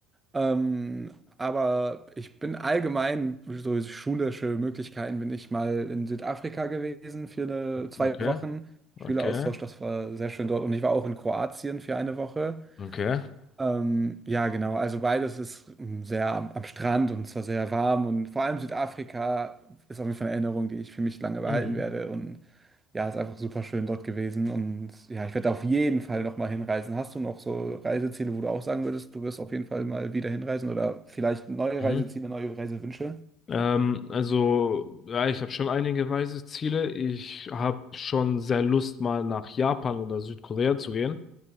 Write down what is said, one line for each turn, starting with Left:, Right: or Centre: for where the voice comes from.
Right: Ähm, aber ich bin allgemein, so schulische Möglichkeiten, bin ich mal in Südafrika gewesen für eine, zwei
Left: Okay,
Right: Wochen. Schüleraustausch,
Left: okay,
Right: das war sehr schön dort. Und ich war auch in Kroatien für eine Woche.
Left: okay.
Right: Ähm, ja, genau. Also beides ist ähm, sehr am, am Strand und zwar sehr warm und vor allem Südafrika ist auf jeden Fall eine Erinnerung, die ich für mich lange behalten
Left: Mhm.
Right: werde und ja, ist einfach super schön dort gewesen und ja, ich werde auf jeden Fall noch mal hinreisen. Hast du noch so Reiseziele, wo du auch sagen würdest, du wirst auf jeden Fall mal wieder hinreisen oder vielleicht neue
Left: Mhm.
Right: Reiseziele, neue Reisewünsche?
Left: Ähm, also, ja, ich habe schon einige weise Ziele. Ich habe schon sehr Lust, mal nach Japan oder Südkorea zu gehen.